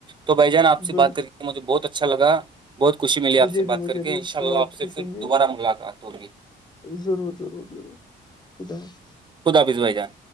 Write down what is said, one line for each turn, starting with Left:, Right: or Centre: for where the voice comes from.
Right: تو بھائی جان آپ سے
Left: بل
Right: بات کر کے مجھے بہت اچھا لگا بہت خوشی ملی آپ
Left: مجھے
Right: سے
Left: بھی
Right: بات
Left: مجھے
Right: کر کے
Left: بھی
Right: ان شاء
Left: بہت
Right: اللہ آپ سے
Left: خوشی
Right: پھر
Left: ملی
Right: دوبارہ ملاقات ہوگی
Left: ضرور ضرور ضرور خدا حافظ
Right: خدافظ بائی جان